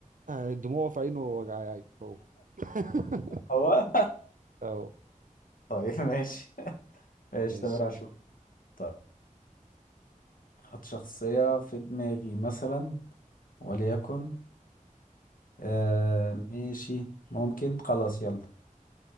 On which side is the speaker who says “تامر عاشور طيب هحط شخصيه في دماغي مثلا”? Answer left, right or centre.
Left